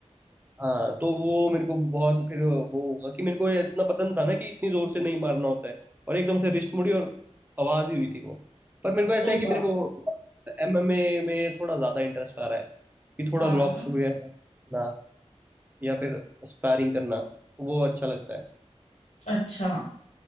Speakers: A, on the right (about 15°); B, on the left (about 75°).
A: हाँ तो वो मेरे को बहुत फिर वो होगा कि मेरे को ये इतना पता नहीं था ना कि इतनी जोर से नहीं मारना होता है और एकदम से रिस्ट मुड़ी और आवाज ही हुई थी वो पर मेरे को ऐसा
B: ओ
A: है कि
B: बाप
A: मेरे को एमएमए में थोड़ा ज्यादा इंटरेस्ट आ रहा है कि थोड़ा
B: हाँ
A: लॉक्स
B: ना
A: वगैरह ना या फिर स्पारिंग करना वो अच्छा लगता है
B: अच्छा